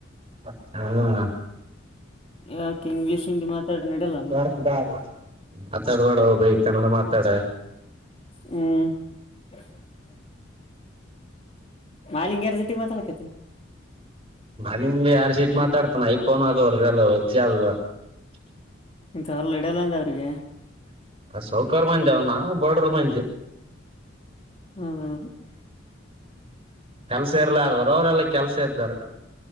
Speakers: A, on the right (about 30°); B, on the left (about 30°).
A: ಹ <unintelligible>
B: ಯಾಕೆ ಇಂಗ್ಲೀಷ್ ಹಿಂದಿ ಮಾತಾಡ್ರಿ ನಡಲ್ಲ
A: ಯ ಬ <unintelligible> ಆ ಚದವಾಡ ಹೋಗಬ್ರಿ ಕನ್ನಡ ಮಾತಾಡ <unintelligible>
B: ಹ್ಮ್ <unintelligible> ಮಾಲಿಂಗ್ಯರ ಸಿಟಿ ಮಾತಾಡಕತನೆ <unintelligible>
A: ನಿಮ್ಗೆ ಯಾರ್ ಸೀತಿ ಮಾತಾಡ್ತಾನ ಐಫೋನ್ ಅದವರ್ಗಲ್ಲ ವಚ್ಚಿ ಅಲ್ವಾ <unintelligible>
B: ಇಥಲ್ಲ ಇಡಲ್ಲಂದ ಅವ್ರಿಗೆ <unintelligible>
A: ಅ ಸೌಕರ್ ಬಂದಂದೆ ಅವ ನ ಬಡರು ಬಂದ <unintelligible>
B: ಹಾ <unintelligible>
A: ಕೆಲ್ಸ ಇರ್ಲಾರ್ದಾರ ಅವರೆಲ್ಲ ಕೆಲ್ಸ ಇದ್ದಾರ <unintelligible>